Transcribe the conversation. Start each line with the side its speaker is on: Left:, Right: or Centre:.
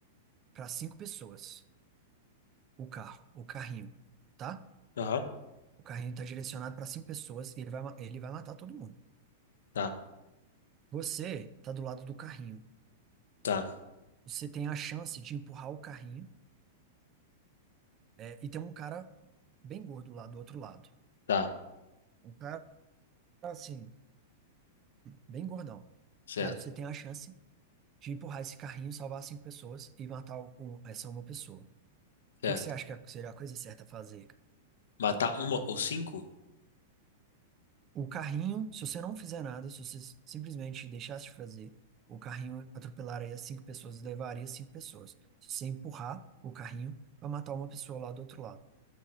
Right: para cinco pessoas, o carro, o carrinho, tá?
Left: Aham,
Right: O carrinho tá direcionado para cinco pessoas e ele vai ma- ele vai matar todo mundo.
Left: tá,
Right: Você tá do lado do carrinho.
Left: tá,
Right: Você tem a chance de empurrar o carrinho, é, e tem um cara bem gordo lá do outro lado.
Left: tá.
Right: Um cara assim bem gordão.
Left: Certo,
Right: Cara, você tem a chance de empurrar esse carrinho, salvar cinco pessoas e matar um- essa uma pessoa. O
Left: certo.
Right: que que você acha que é- seria a coisa certa a fazer?
Left: Matar uma ou cinco?
Right: O carrinho, se você não fizer nada, se você simplesmente deixasse de fazer, o carrinho atropelaria cinco pessoas e levaria cinco pessoas. Se você empurrar o carrinho, vai matar uma pessoa lá do outro lado.